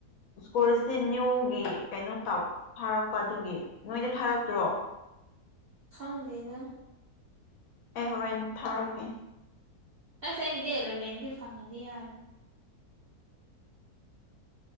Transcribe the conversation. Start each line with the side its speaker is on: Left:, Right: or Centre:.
Left: ꯏꯁꯀꯣꯔꯁ ꯅꯅꯤꯌꯨꯒꯤ ꯀꯩꯅꯣ ꯇ ꯊꯥꯔꯛꯄ ꯑꯗꯨꯒꯤ ꯅꯣꯏꯗ ꯊꯥꯔꯛꯇ꯭ꯔꯣ
Right: ꯈꯝ ꯂꯩꯗ
Left: ꯑꯦ ꯍꯣꯔꯦꯟꯦꯟ ꯊꯥꯔꯛꯀꯦ
Right: ꯑꯁ ꯑꯩꯗꯤ ꯑꯦꯂꯣꯚꯦꯟꯒꯤ ꯐꯪꯉꯗꯤ ꯌꯥꯔꯦ